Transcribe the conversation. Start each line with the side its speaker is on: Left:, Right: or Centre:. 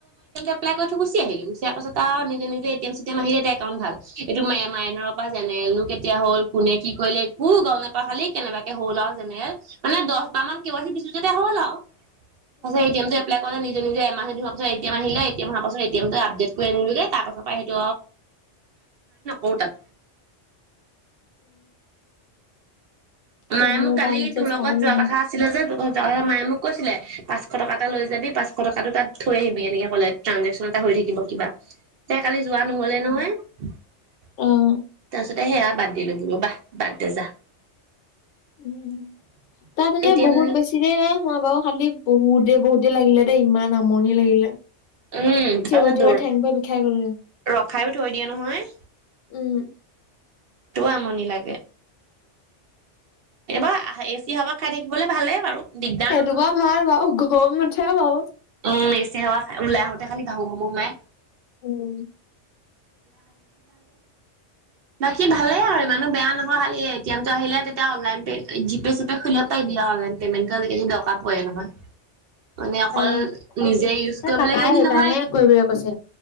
Right: এপ্লাই কৰি থৈ গুচি আহিলো, গুচি অহাৰ পাছত আৰু নিজে নিযে এ টি এম আহিলে একাউনটো ভাল এইটো মা পৰা জেনেৰেলো কেতিয়া হ'ল কোনে কি কৰিলে একো গম নাপাওঁ খালি কেনেবাকে হ'ল আৰু জেনেৰেল মানে দহ বাৰ মান কে ৱাই চি দিছো যেতিয়া হ'ল আৰু। পাছত এ টি এম টো এপ্লাই কৰাৰ পিছত, নিজে-নিজে এ টি এম এমাহ পিছত আহিলে এ টি এম আহাৰ পাছত এ টি এম আপডেট কৰি আনিলোগে, তাৰ পাছৰ পৰাই সেইটো আৰু তাত মায়ে
Left: এতিয়া মোৰ
Right: মোক কালি
Left: পৰা মেছেজ
Right: তোৰ লগত
Left: কাহানী
Right: যোৱা
Left: আহে
Right: কথা আছিলে, যে তোৰ যোৱাৰ কথা মায়ে মোক কৈছিলে। পাঁচশ টকা এটা লৈ যাবি, পাঁচশ টকাতটো তাত থৈ আহিবি, এনেকে ক'লে ট্ৰাঞ্জেকশ্যন এটা হৈ থাকিব কিবা। তে কালি যোৱা নহলে নহয়। উ, <unintelligible>
Left: আহ,
Right: তাৰপাছতে সেয়া বাদ দিলো বোলো বাহ বাদ দে যা।
Left: উম, তাত এনেই
Right: এ টি
Left: বহুত
Right: এম
Left: বেছি দে নাই হোৱা বাও খালি বহুতেই বহুতেই লাগিলে দেই ইমান আমৰনি লাগিলে
Right: উম
Left: থিয়ৰি
Right: আঙা
Left: থিয়ৰি
Right: দূৰ
Left: ঠেং ভৰি বিষাই গ'লগে
Right: ৰ খাইও থৈ দিয়ে নহয়
Left: উম
Right: সেইটো আমনি লাগে এইবাৰ এচি হাৱা খাই থাকি দিবলৈ ভালেই বাৰু দিগদাৰ
Left: সেইটো
Right: নহয়
Left: বাও ভাল বাও গম উঠে বাও
Right: উম এচি সাৱা ওলাই আহোতে খালি বাহু বাহু মাই
Left: উম
Right: বাকী ভালেই আৰু ইমানো বেয়া নহয় খালি এই টি এইটো আহিলে তেতিয়া জি পে চি পে খুলিব পাইবি আও আজি কালি দৰকাৰ পৰে নহয় মানে অকল
Left: অ', সেই
Right: নিজে ইউজ কৰিব
Left: পাপাই
Right: লাগে বুলি
Left: সেইকাৰণে
Right: নহয়
Left: কৰিবলৈ কৈছে